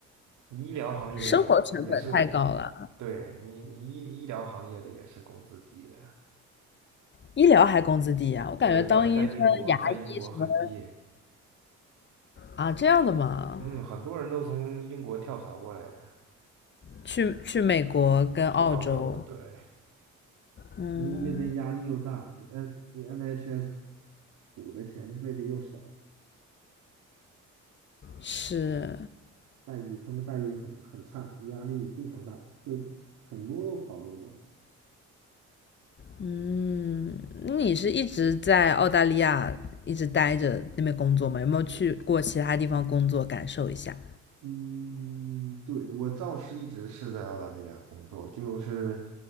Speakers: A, on the right; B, on the left.
A: 你医疗行业也是，
B: 生活成本太高了，
A: 对你，你医医疗行业的也是工资低的。
B: 医疗还工资低呀、我感觉当医生、
A: 对，在在英国，
B: 牙医什么的
A: 在英国很低，
B: 啊，这样的嘛，
A: 嗯，很多人都从英国跳槽过来的，
B: 去去美国跟澳洲，
A: 去澳洲，对。
B: 嗯，
A: 你那边压力又大，你 N 你 NHS 补的钱之类的又少，
B: 是。
A: 待遇他们待遇很很差，压力非常大，跟很多跑路过来。
B: 嗯，你是一直在澳大利亚一直待着那边工作吗？有没有去过其他地方工作感受一下？
A: 嗯，对，我倒是一直是在澳大利亚工作，就是